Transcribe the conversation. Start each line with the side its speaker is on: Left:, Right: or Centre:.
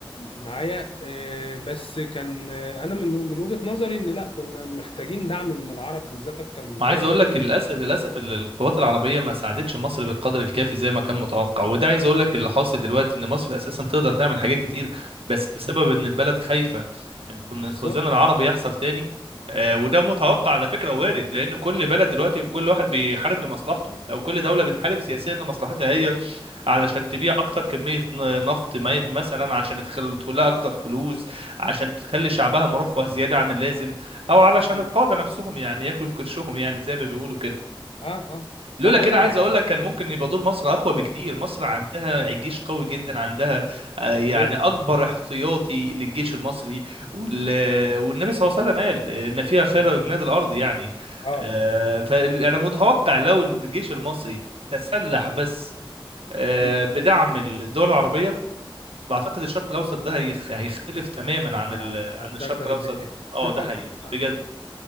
Left: معايا آه، بس كان آه، انا من من وجهة نظري ان لا كنا محتاجين دعم من العرب بالذات اكتر من
Right: وعايز
Left: كده
Right: اقول
Left: بكتير
Right: لك للاسف للاسف ال- القوات العربيه ما ساعدتش مصر بالقدر الكافي زي ما كان متوقع وده عايز اقول لك اللي حاصل دلوقتي ان مصر اساسا تقدر تعمل حاجات كتير بس بسبب ان البلد خايفه من من
Left: بالظبط
Right: الخزان العربي يحصل تاني آه وده متوقع على فكره وارد لان كل بلد دلوقتي وكل واحد بيحارب لمصلحته او كل دوله بتحارب
Left: مم.
Right: سياسيا لمصلحتها هي علشان تبيع اكتر كميه ن- نفط مي- مثلا عشان يدخل يدخل لها اكتر فلوس عشان تخلي شعبها مرفه زياده عن اللازم او علشان
Left: مم.
Right: القاده نفسهم يعني ياكلوا في كرشهم يعني زي ما بيقولوا كده
Left: اه اه
Right: لولا
Left: طب هقول
Right: كده
Left: لك
Right: عايز
Left: على حاجه
Right: اقول لك كان ممكن يبقى دور مصر اقوى بكتير مصر عندها
Left: مم.
Right: جيش قوي جدا عندها آه، يعني
Left: جدا
Right: اكبر احتياطي للجيش المصري وال... والنبي صلى الله عليه وسلم قال ان فيها خير
Left: عليا
Right: جناد
Left: بس
Right: الارض يعني
Left: اه
Right: آه، فانا متوقع لو الجيش المصري تسلح بس آه،
Left: مم.
Right: بدعم الدول العربية بعتقد الشرق الأوسط ده هيخ- هيختلف تماما عن
Left: آه،
Right: ال...
Left: هتدغدغ
Right: عن الشرق الأوسط
Left: الدنيا
Right: اه
Left: <laughs>
Right: ده حقيقي بجد